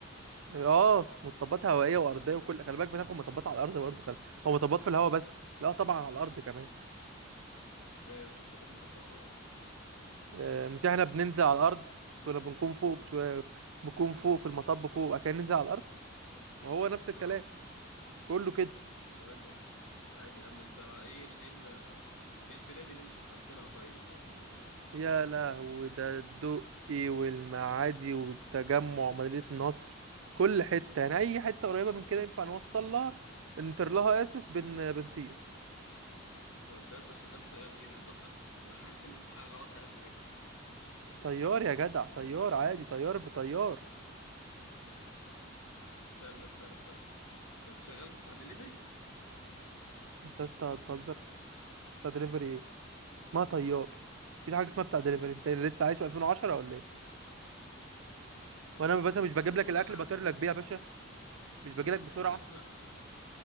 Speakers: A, on the right; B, on the left.
A: اه مطبات هوائيه وارضيه وكل خلي بالك بناخد مطبات على الارض برضه خلي او مطبات في الهواء بس لا طبعا على الارض كمان
B: ازاي يا اسطى بتاخد مطبات على الارض
A: آه، مش احنا بننزل على الارض مش كنا بنكون فوق شويه بنكون فوق في المطب فوق وبعد كده ننزل على الارض ما هو نفس الكلام
B: اه
A: كله كده
B: طيب يا عم عادي يا عم انت ايه ال ايه ال ايه البلاد اللي انت سافرت لها طيب يعني
A: يا لهوي ده الدقي والمعادي وتجمع مدينه نصر كل حته يعني اي حته قريبه من كده ينفع نوصل لها نطير لها اسف بن بنطير
B: هو انت لسه شغال طيار ايه بالظبط عشان انا حاسس ان في حاجه غلط انا فاهمها
A: طيار يا جدع طيار عادي طيار بطيار
B: استنى استنى استنى انت شغال بتاع دليفري
A: انت يا اسطى بتهزر انت دليفري اسمها طيار مفيش حاجه اسمها بتاع دليفري انت لسه عايش في 2010 ولا ايه
B: يا
A: وانا
B: نهارك
A: بس مش بجيب
B: ابيض
A: لك
B: وانا
A: الاكل
B: اللي عم
A: بطير لك بيه يا باشا مش باجي لك بسرعه
B: وانا اللي عم